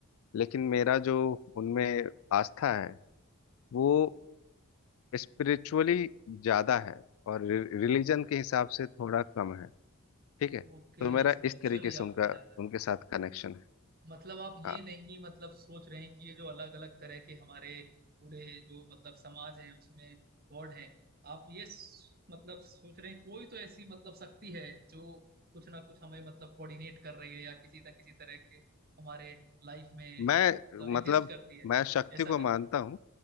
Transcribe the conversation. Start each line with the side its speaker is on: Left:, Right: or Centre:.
Left: लेकिन मेरा जो उनमें आस्था है वो स्पिरिचुअली ज्यादा है और रिलीजन के हिसाब से थोड़ा कम है ठीक है तो
Right: ओके
Left: मेरा
Right: स्पिरिचुअली
Left: इस तरीके से
Right: आपका
Left: उनका
Right: जाता है
Left: उनके साथ कनेक्शन है
Right: मतलब आप ये
Left: हाँ
Right: नहीं मतलब सोच रहे हैं कि ये जो अलग अलग तरह के हमारे पूरे जो मतलब समाज है उसमें गॉड है आप ये स- मतलब सोच रहे हैं कोई तो ऐसी मतलब शक्ति है जो कुछ ना कुछ हमें मतलब कोऑर्डिनेट कर रही है या किसी ना किसी तरह के हमारे लाइफ में मतलब
Left: मैं
Right: एग्जिस्ट
Left: मतलब
Right: करती है
Left: मैं शक्ति
Right: ऐसा
Left: को मानता हूँ